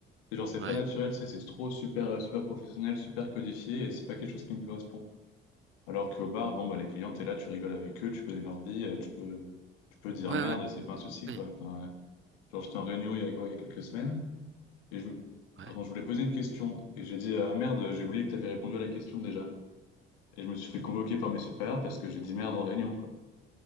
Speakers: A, on the left; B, on the right.
A: c'est genre, c'est
B: Ouais.
A: pas naturel, c'est c'est trop super, euh, super professionnel, super codifié, et c'est pas quelque chose qui me correspond. Alors qu'au bar, bon, bah, les clients, t'es là, tu rigoles avec eux, tu connais leur vie, euh, tu peux, tu peux dire
B: Ouais,
A: merde,
B: ouais,
A: c'est pas un souci,
B: ouais,
A: quoi. Enfin, Genre, j'étais en réunion il y a, quoi, il y a quelques semaines, et je,
B: ouais.
A: pardon, je voulais poser une question, et j'ai dit, ah merde, j'ai oublié que t'avais répondu à la question déjà. Et je me suis fait convoquer par mes supérieurs parce que j'ai dit merde en réunion, quoi.